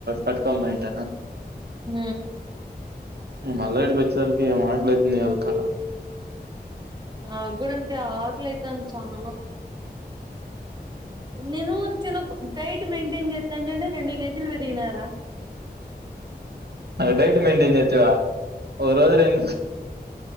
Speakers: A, on the right; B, on the right.
A: కట్టుకోమయింట
B: హ
A: మళ్ళ ఇటీకి వచ్చేదాలికే ఏం ఆకలి అతుందో ఇయ్యాలికదా
B: ఆ కూడా అంతే ఆకలితంది చాన నేను చిన్న డైట్ మెయింటైన్ చేస్తాంని రెండు కేజీలు విరిగినారా
A: డైట్ మెయిన్ చేతువా వజరుెం